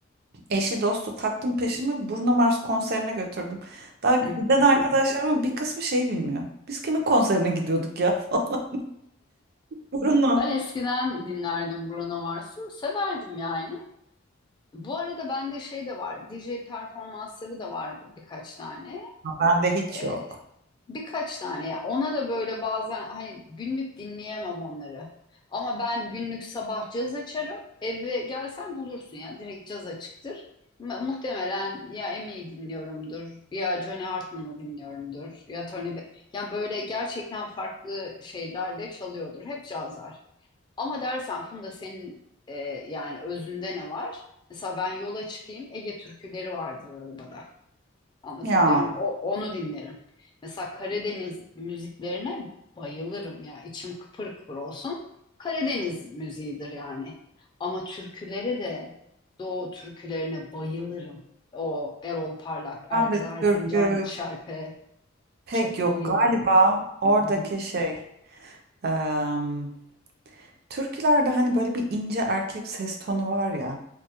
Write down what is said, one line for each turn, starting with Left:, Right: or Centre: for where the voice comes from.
Right: eşi dostu taktım peşimi Bruno Mars konserine götürdüm. Daha giden
Left: <laughs>
Right: arkadaşlarımın bir kısmı şey bilmiyor. Biz kimin konserine gidiyorduk ya <laughs> falan. Bruno.
Left: Ben eskiden dinlerdim Bruno Mars'ı. Severdim yani. Bu arada bende şey de var. DJ performansları da var birkaç tane.
Right: Bende hiç
Left: Ee,
Right: yok.
Left: birkaç tane ya. Ona da böyle bazen hani günlük dinleyemem onları. Ama ben günlük sabah caz açarım. Eve gelsen bulursun ya. Direkt caz açıktır. Mu- Muhtemelen ya Emi'yi dinliyorumdur, ya Johnny Hartman'ı dinliyorumdur, ya Tony Be Yani böyle gerçekten farklı şeyler de çalıyordur. Hep caz var. Ama dersen Funda senin e, yani özünde ne var? Mesela ben yola çıkayım, Ege türküleri vardır arabada. Anlatabiliyor
Right: Ya
Left: muyum? O, onu dinlerim. Mesela Karadeniz müziklerine bayılırım ya. İçim kıpır kıpır olsun. Karadeniz müziğidir yani. Ama türkülere de Doğu türkülerine bayılırım. O Erol Parlak, Erdel
Right: ben de
Left: Erzincan,
Right: türkü
Left: Şerpe
Right: pek
Left: çok
Right: yok
Left: bayılırım.
Right: galiba oradaki
Left: Hı hı.
Right: şey em, türkülerde hani böyle bir ince erkek ses tonu var ya